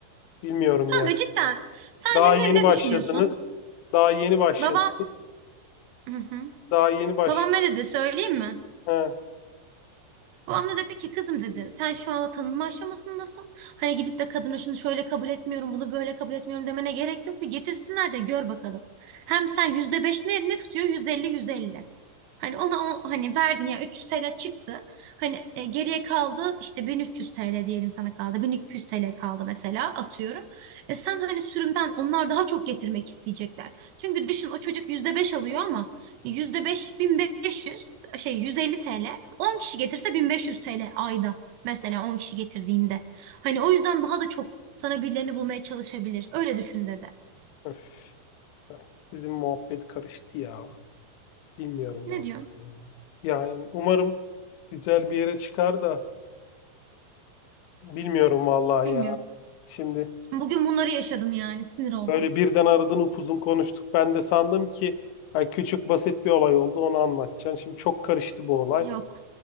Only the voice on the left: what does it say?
Bilmiyorum
ya.
Daha
yeni başladınız.
Daha yeni başladınız.
Daha yeni baş.
Ha.
Öf. Bizim muhabbet karıştı ya. Bilmiyorum
vallahi
ya. Yani umarım güzel bir yere çıkar da bilmiyorum vallahi
ya. Şimdi
böyle birden aradın upuzun konuştuk. Ben de sandım ki ay küçük basit bir olay oldu onu anlatacaksın. Şimdi çok karıştı bu olay.